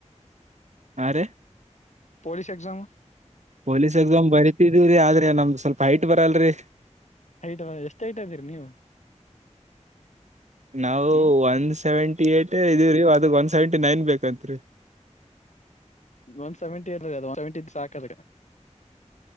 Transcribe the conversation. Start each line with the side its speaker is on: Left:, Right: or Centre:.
Right: ಹ ರೀ
Left: ಪೊಲೀಸ್್ ಎಕ್ಸಾಮ್
Right: ಪೊಲೀಸ್ ಎಕ್ಸಾಮ್ ಬರಿತಿದೀವ್ರೀ ಆದ್ರೆ ನಮ್ದ್ ಸ್ವಲ್ಪ ಐಟ್ ಬರಲ್ರರಿ
Left: ಐಟ್ ಎಷ್ಟ ಐಟ್ ಅದೀರಿ ನೀವು
Right: ನಾವು
Left: ಹ್ಮ್
Right: ಒನ್ ಸೆವೆಂಟಿ ಿ ಏ ಇದೀೀ ಅದ್ ಒನ್ ಸೆವೆಂಟಿ ನೈನ್ ಬೇಕತ್ರಿ
Left: ಒನ್ ಸೆವೆಂಟಿ ಅ ಒ ಸೆವೆಂಟಿ ಸಾಕದ